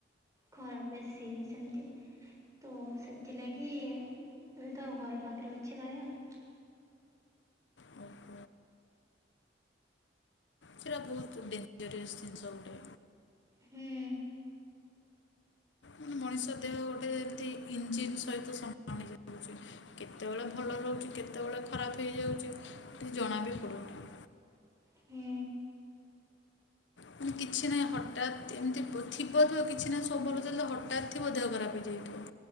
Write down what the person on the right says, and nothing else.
ଖରାପ ବେଶୀ ସେମିତି। ତ ସେଥିଲାଗି ଏବେ ତ ଘର ପାଖରେ ଅଛି ଭାଇ ଆଉ।
ହୁଁ
<inaudible>
ହୁଁ